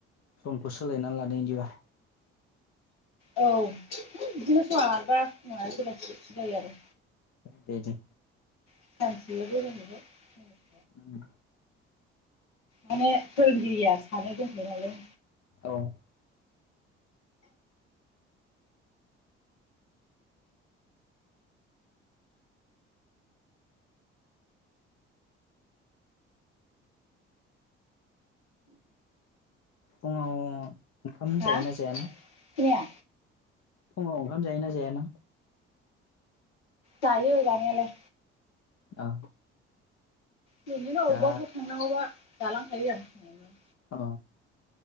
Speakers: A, on the left; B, on the left.
A: समखौ सोलायनानै लाना लादो इदिबा।
B: औ बिदिनो समाव मारैबा फुङावानो बेलासि जायो आरो।
A: दे दे
B: सानसेयावबो जों <unintelligible>
A: उम
B: माने फोरोंगिरिया सानै दोथयो नालाय
A: औ फुङाव ओंखाम
B: हा
A: जायोना जायानो?
B: खोनाया
A: फुङाव ओंखाम जायोना जाया नों
B: जायो जानायालाय
A: औ
B: बिनिनो
A: दा
B: अबाफोर थांनांगौबा जालांखायो आं फुङावनो
A: ओ अ